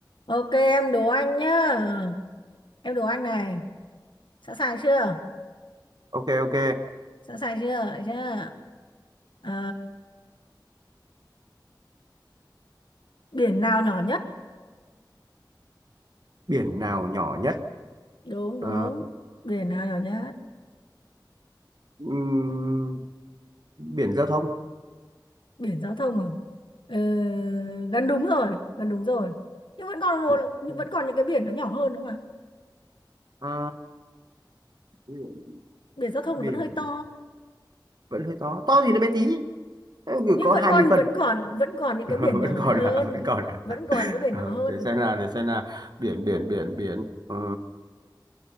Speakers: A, on the left; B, on the right.
A: Ok em đố anh nhá. Em đố anh này. Sẵn sàng chưa?
B: ok ok
A: Sẵn sàng chưa? Đấy chưa? À, biển nào nhỏ nhất?
B: biển nào nhỏ nhất
A: Đúng
B: Ờ,
A: đúng. Biển nào nhỏ nhất?
B: ừm, biển giao thông
A: Biển giao thông à? Ừ, gần đúng rồi, gần đúng rồi. Nhưng vẫn còn một,
B: biển, không.
A: vẫn còn những cái biển nó nhỏ hơn đúng không ạ?
B: Ờ, biển,
A: Biển giao thông
B: biển
A: thì vẫn hơi to.
B: vẫn hơi to to thì nó bé tí Thế mà
A: Nhưng
B: có
A: vẫn
B: 20
A: còn
B: phân
A: vẫn còn vẫn còn những
B: <laughs>
A: cái biển
B: vẫn
A: nhỏ
B: còn
A: hơn,
B: là vẫn còn là
A: vẫn còn những cái biển
B: Ờ,
A: nhỏ hơn.
B: để xem nào để xem nào biển biển biển biển Ờ,